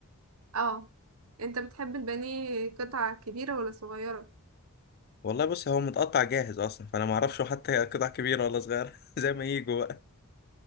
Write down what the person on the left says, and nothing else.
والله بص هو متقطع جاهز اصلا فانا ما اعرفش حتى قطع كبيره ولا صغيره <laughs> زي ما يجوا بقى